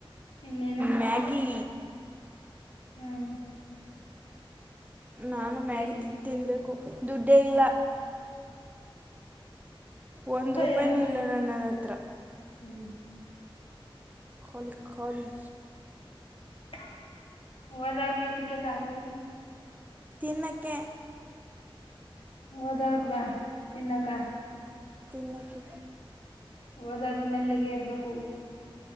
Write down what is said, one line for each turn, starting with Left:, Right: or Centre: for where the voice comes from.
Left: ಇನ್ನೇನು
Right: ಮ್ಯಾಗಿ
Left: ಹ್ಮ್
Right: ನಾನು ಮ್ಯಾಗಿ
Left: ಏನ್
Right: ತಿನ್ ತಿನ್ಬೇಕು ದುಡ್ಡೇ ಇಲ್ಲ?
Left: ಹ
Right: ಒಂದು ರೂಪಾಯಿನೂ
Left: ಅಯ್ಯೋ
Right: ಇಲ್ಲ ನನ್ನ ಹತ್ರ
Left: ಹ್ಮ್
Right: ಖಾಲಿ.. ಖಾಲಿ....
Left: <unintelligible>
Right: ತಿನ್ನಕ್ಕೆ
Left: ಹೋದ್ವರ್ಗ ತಿನ್ನಕ್ಕ
Right: ತಿನ್ನಕ್ಕೆ
Left: ಓದೊದ್ರ ಮೇಲೆ ನಿಗಾ ಇರ್ಬೇಕು